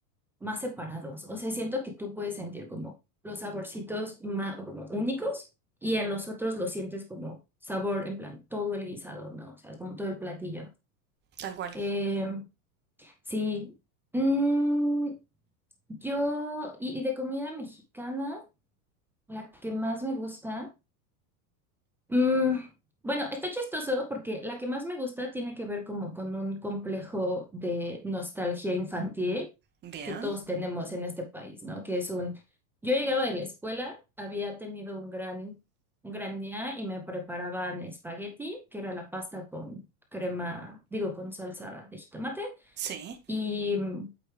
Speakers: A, in the centre; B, on the right.
A: más separados. O sea, siento que tú puedes sentir como los saborcitos más como únicos y en los otros lo sientes como sabor, en plan, todo el guisado, ¿no? O sea, como todo el platillo.
B: Tal cual.
A: Em, Sí. Mm, yo, y, y de comida mexicana, la que más me gusta. mm, bueno, está chistoso porque la que más me gusta tiene que ver como con un complejo de nostalgia infantil
B: Bien.
A: que todos tenemos en este país, ¿no? Que es un, yo llegaba de la escuela, había tenido un gran, un gran día y me preparaban espagueti, que era la pasta con crema, digo, con salsa de jitomate
B: Sí.
A: y mm,